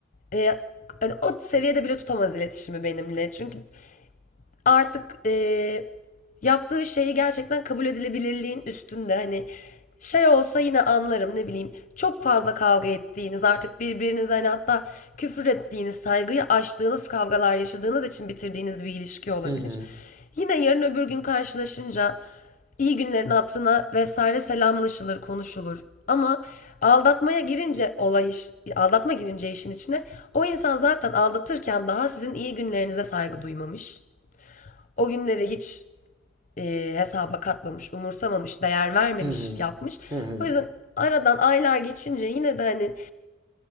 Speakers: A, on the left; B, on the right.
A: eee, hani o seviyede bile tutamaz iletişimi benimle çünkü artık e, yaptığı şeyi gerçekten kabul edilebilirliğin üstünde hani şey olsa yine anlarım ne bileyim çok fazla kavga ettiğiniz artık birbirinize hani hatta küfür ettiğiniz saygıyı aştığınız kavgalar yaşadığınız için bitirdiğiniz bir ilişki olabilir.
B: hı hı,
A: Yine yarın öbür gün karşılaşınca iyi günlerin hatırına vesaire selamlaşılır, konuşulur. Ama aldatmaya girince olay iş, aldatma girince işin içine o insan zaten aldatırken daha sizin iyi günlerinize saygı duymamış. O günleri hiç e, hesaba katmamış, umursamamış, değer vermemiş,
B: hı hı,
A: yapmış.
B: hı hı.
A: O yüzden aradan aylar geçince yine de hani